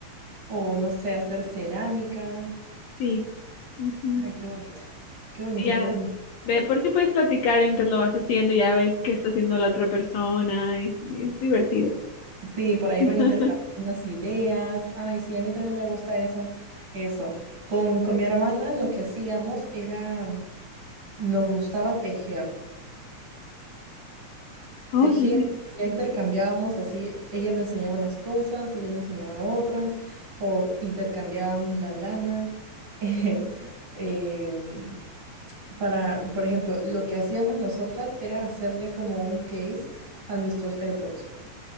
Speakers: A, on the right; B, on the left.
A: o no sé, hacer cerámica.
B: sí. ujú,
A: Ay, qué bonito, qué bonito,
B: Ya,
A: qué bonito.
B: de porque puedes platicar mientras lo vas haciendo, ya ves qué está haciendo la otra persona y, y es divertido.
A: Sí, por ahí
B: <laughs>
A: van intercambiando unas ideas. Ay, sí, a mí también me gusta esa, eso. Con, con mi hermana lo que hacíamos era, mm, nos gustaba tejer.
B: Oye,
A: Tejíamos, ya intercambiábamos así, ella me enseñaba unas cosas y yo le enseñaba otras, o intercambiábamos la lana. <laughs> eh, em, para, por ejemplo, lo que hacíamos nosotras era hacerle como un case a nuestros AirPods.